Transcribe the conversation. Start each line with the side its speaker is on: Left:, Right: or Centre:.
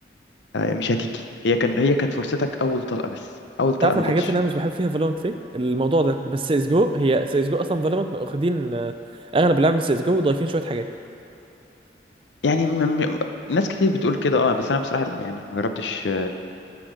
Left: آه، مش هتيجي هي كان هي كانت فرصتك اول طلقه بس اول
Right: انت
Left: طلقه
Right: عارف
Left: ما
Right: الحاجات
Left: جاتش
Right: اللي انا مش بحب فيها فالورانت ليه الموضوع ده بس سيس جو هي سيس جو اصلا فالورانت واخدين آه، اغلب اللعب من سيس جو وضايفين شويه حاجات
Left: يعني م... م... ناس كتير بتقول كده اه بس انا بصراحه يعني ما جربتش